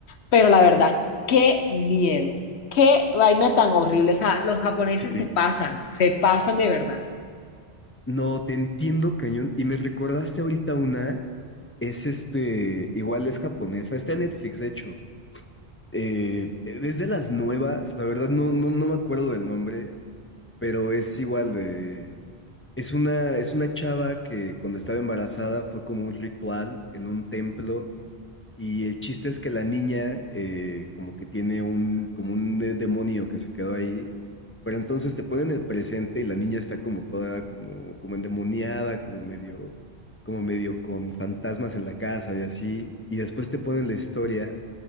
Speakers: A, on the left; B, on the left.
A: Pero la verdad, qué miedo, qué vaina tan horrible. O sea, los japoneses
B: sí.
A: se pasan, se pasan de verdad.
B: No, te entiendo, cañón. Y me recordaste ahorita una, es este, igual es japonesa, está en Netflix, de hecho. Eh, es de las nuevas, la verdad no, no, no me acuerdo del nombre, pero es igual de, Es una, es una chava que cuando estaba embarazada fue como un ritual en un templo y el chiste es que la niña eh, como que tiene un, como un eh, demonio que se quedó ahí, pero entonces te ponen el presente y la niña está como toda como, como endemoniada, como medio, como medio con fantasmas en la casa y así, y después te ponen la historia